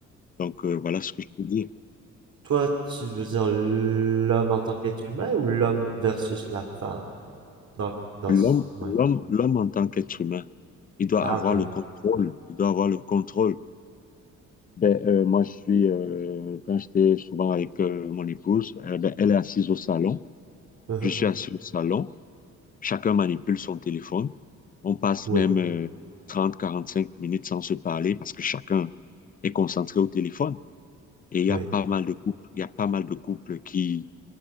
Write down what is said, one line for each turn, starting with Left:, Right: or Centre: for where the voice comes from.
Left: Donc, euh, voilà ce que je peux dire.
Right: Toi, tu veux dire l'homme en tant qu'être humain ou l'homme versus la femme? Dans, dans,
Left: L'homme,
Right: ce- ouais.
Left: l'homme, l'homme en tant qu'être humain, il doit
Right: Ah,
Left: avoir
Right: ok,
Left: le
Right: oui.
Left: contrôle. Il doit avoir le contrôle. Ben, euh, moi, je suis, euh, quand j'étais souvent avec euh, mon épouse, euh, ben, elle est assise au salon,
Right: uh-huh,
Left: je suis assis au salon, chacun manipule son téléphone. On passe
Right: Oui,
Left: même euh, trente, quarante-cinq minutes sans se parler parce que chacun est concentré au téléphone. Et il
Right: oui.
Left: y a pas mal de couples, il y a pas mal de couples qui,